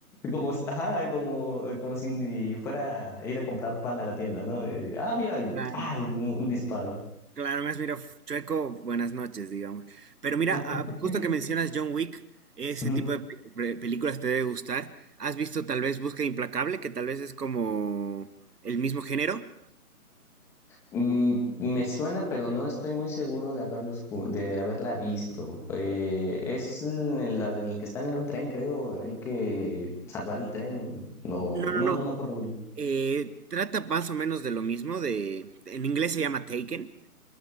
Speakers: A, in the centre; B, on the right.
A: como, ajá, como, como si fuera a ir a comprar pan a la tienda, ¿no? Eh, ah, mira,
B: Claro,
A: ah, un, un disparo.
B: claro, más mira, f- chueco, buenas noches, digamos. Pero mira, ah,
A: <laughs>
B: justo que mencionas John Wick, ese
A: Ujú.
B: tipo de pe- pe- películas te debe gustar. ¿Has visto tal vez Busca Implacable, que tal vez es como el mismo género?
A: Mm, me suena, pero no estoy muy seguro de haberlo, escu- de haberla visto. Eh, es en la del que están en un tren, creo. Hay que salvar el tren. No,
B: No,
A: no,
B: no, no.
A: no me acuerdo muy bien.
B: eh, trata más o menos de lo mismo, de, en inglés se llama Taken,